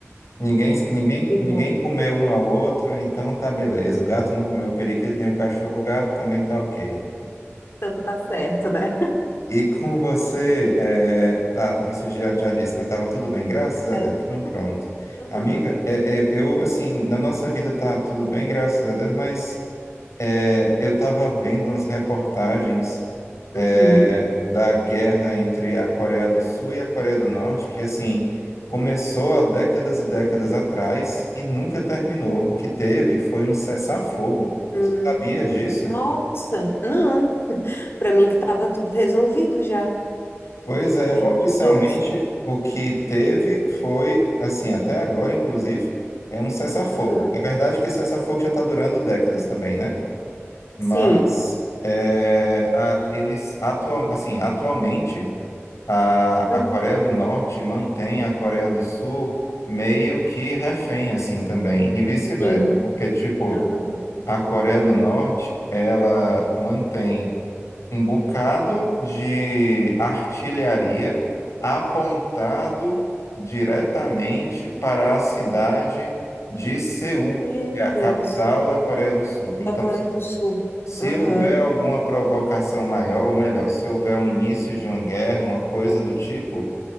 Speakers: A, on the left (about 85°); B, on the left (about 55°).
A: Ninguém, ninguém,
B: Que
A: ninguém
B: bom.
A: comeu um ao outro, então tá beleza. O gato não comeu o periquito, nem o cachorro, o gato também tá ok.
B: Então tá certo, né? <laughs>
A: E com você, é, tá, você já, já disse, né? Tava tudo bem, graças a
B: É.
A: Deus. Então, pronto.
B: Aham.
A: Amiga, é, é, eu, assim, na nossa vida tá tudo bem, graças a Deus, mas é, eu tava vendo umas reportagens é,
B: Uhum.
A: da guerra entre a Coreia do Sul e a Coreia do Norte, que, assim, começou há décadas e décadas atrás e nunca terminou. O que teve foi um cessar-fogo.
B: Hum.
A: Você sabia disso?
B: Nossa, não. Para mim que estava tudo resolvido já.
A: Pois é,
B: Meu
A: oficialmente
B: Deus.
A: o que teve foi, assim, até agora, inclusive, é um cessar-fogo.
B: Aham.
A: É verdade que esse cessar-fogo já está durando décadas também, né? Mas
B: Sim.
A: é, a- eles atual, assim, atualmente a,
B: Uhum.
A: a Coreia do Norte mantém a Coreia do Sul meio que refém, assim, também, e vice-versa.
B: Sim.
A: Porque, tipo,
B: Aham.
A: a Coreia do Norte, ela mantém um bocado de artilharia apontado diretamente para a cidade de Seul,
B: Meu
A: que é a
B: Deus.
A: capital da Coreia do Sul. Então,
B: Da Coreia do Sul.
A: se
B: Aham.
A: houver alguma provocação maior, ou melhor, se houver um início de uma guerra, uma coisa do tipo.